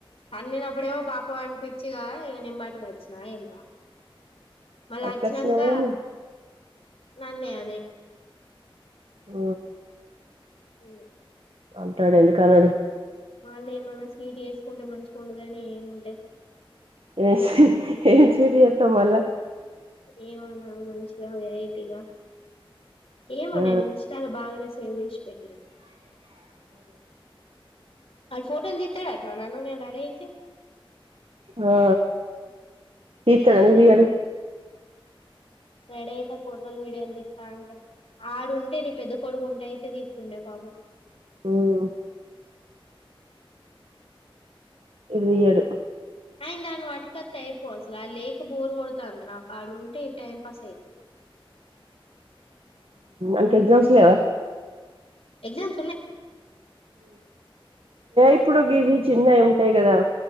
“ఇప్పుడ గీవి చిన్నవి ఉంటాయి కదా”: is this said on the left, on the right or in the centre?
Right